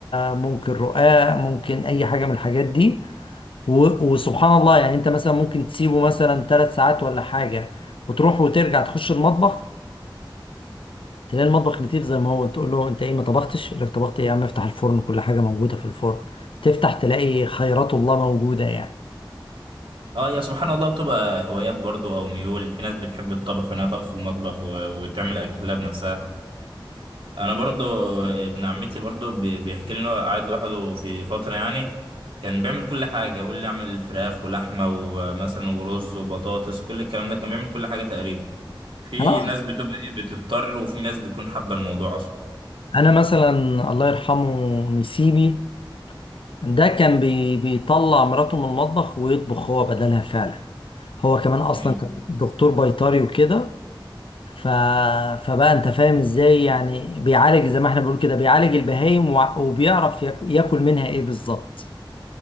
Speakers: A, on the left (about 80°); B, on the right (about 80°).
A: ممكن رقاق ممكن اي حاجة من الحاجات دي و- وسبحان الله يعني انت مثلا ممكن تسيبه مثلا ثلاث ساعات ولا حاجة وتروح وترجع تخش المطبخ تلاقي المطبخ لطيف زي ما هو تقول له انت ايه ما طبختش يقول لك طبخت ايه يا عم افتح الفرن كل حاجة موجودة في الفرن تفتح تلاقي خيرات الله موجودة يعني
B: اه يا سبحان الله بتبقى هوايات برضو او ميول في ناس بتحب الطبخ وانها تقف في المطبخ و- وتعمل اكلها بنفسها انا برضو آه، ابن عمتي برضو بي- بيحكي لي إن هو قاعد لوحده في فتره يعني كان بيعمل كل حاجه يقول لي اعمل فراخ ولحمه ومثلا ورز وبطاطس كل الكلام ده كان بيعمل كل حاجه تقريبا في
A: آه.
B: ناس بتبقى ايه بتضطر وفي ناس بتكون حابه الموضوع اصلا
A: انا مثلا الله يرحمه نسيبي ده كان بي بيطلع مراته من المطبخ ويطبخ هو بدلها فعلا هو كمان اصلا
B: مم.
A: كان دكتور بيطري وكده ف... فبقى انت فاهم ازاي يعني بيعالج زي ما احنا بنقول كده بيعالج البهايم وع- وبيعرف ياك- ياكل منها ايه بالظبط